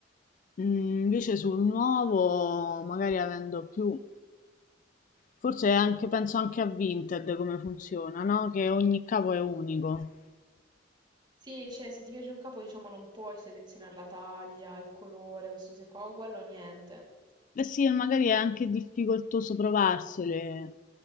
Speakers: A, on the left; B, on the right.
A: Mm, invece sul nuovo, magari avendo più, forse anche, penso anche a Vinted come funziona, no? Che ogni capo è unico.
B: Sì, cioè, se ti piace un capo, diciamo, non puoi selezionare la taglia, il colore, questo se qua, o quello, niente.
A: Eh sì, e magari è anche difficoltoso provarsele,